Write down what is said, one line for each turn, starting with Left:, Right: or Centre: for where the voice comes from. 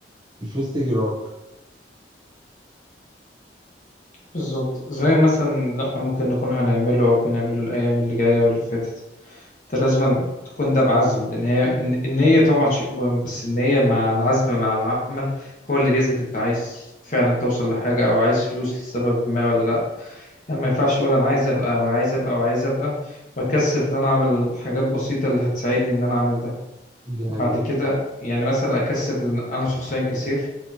Right: الفلوس تجي وراك
Left: بالظبط زي مثلا اللي احنا ممكن نكون هنعمله او بنعمله الايام اللي جايه واللي فاتت انت لازم تكون ده بعزم لان هي إن- النيه طبعا شيء مهم بس النيه مع العزم مع العمل هو اللي بيثبت انت عايز فعلا توصل لحاجه او عايز فلوس لسبب ما ولا لا يعني ما ينفعش اقول انا عايز ابقى وعايز ابقى وعايز ابقى واكسل ان انا اعمل حاجات بسيطه اللي هتساعدني ان انا اعمل
Right: دي
Left: وبعد
Right: حقيقة
Left: كده يعني مثلا اكسل انا شخصيا كسيف